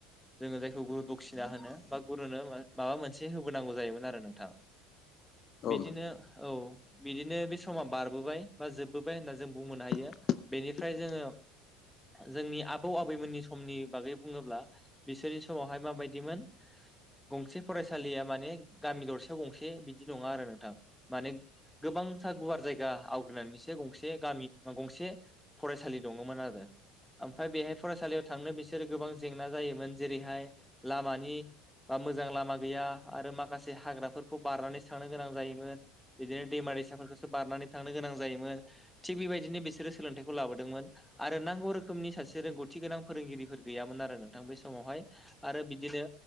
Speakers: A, in the centre; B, on the left.
A: जोङो जायखौ गुरु दखिना होनो बा गुरुनो माब माबा मोनसे होबोनांगौ जायोमोन आरो नोंथां।
B: औ
A: बिदिनो
B: नोंथां
A: औ बिदिनो बे स बारबोबाय बा जोबबोबाय होनना जों बुंबोनो हायो
B: थादों
A: बेनिफ्राय जोङो
B: जों
A: जोंनि आबौ आबैमोननि समनि बागै बुङोब्ला बिसोरनि समावहाय माबायदि मोन गंसे फरायसालिया माने गामि दरसेयाव गंसे बिदि नङा आरो नोंथां माने गोबांथार गुवार जायगा आवग्रिनानैसो गंसे गामि बा गंसे फरायसालि दंङमोन आरो ओमफ्राय बेहाय फरायसालियाव थांनो बेस गोबां जेंना जायोमोन जेरैहाय लामानि बा मोजां लामा गैया आरो माखासे हाग्राफोरखौ बारनानै सांनो गोनां जायोमोन बिदिनो दैमा दैसाफोरखो बारनानै थांनो गोनां जायोमोन थिग बेबायदिनो बिसोरो सोलोंथाइखौ लाबोदोंमोन आरो नांगौ रोखोमनि सासे रोंगौथि गोनां फोरोंगिरिफोर, गैयामोन आरो नोंथां बे समावहाय आरो बिदिनो